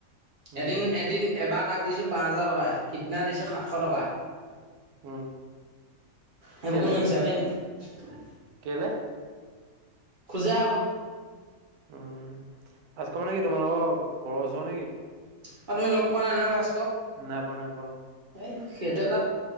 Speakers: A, on the right; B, on the right.
A: উম
B: এদিন-এদিন এবাৰ তাক দিছোঁ পাঁচ হাজাৰটকা সিদিনা দিছোঁ সাতশ টকা
A: উম।
B: সেইবোৰ
A: কেলে
B: কোনো হিচাপেই নাই।
A: কেলে
B: খোজে আকৌ।
A: <unintelligible>
B: আৰু তুমি লগ পোৱা নাই
A: নাই পোৱা নাই পোৱা।
B: এই সেইটো এটা